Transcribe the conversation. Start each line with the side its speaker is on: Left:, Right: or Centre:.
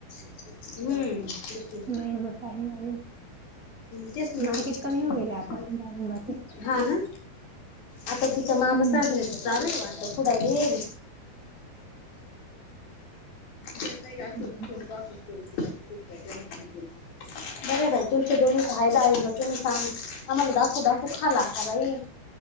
Left: हम्म हम्म
Right: महिनाभर टाईम आहे अजून
Left: तेच ना
Right: मार्केट
Left: मग
Right: कमी होईल आता डाळिंबाचं
Left: हा ना आता तिच्या मामसासरेच
Right: हम्म
Left: चा रे वा पुुडाला येल तता यात
Right: हम्म
Left: कोणक करायचीकी श <unintelligible>
Right: <inaudible>
Left: बरं बाई तुमचे दोनघींच कायदारी म तुम्ही सांग आम्हाला दाखू दाखू खाला आता भाई.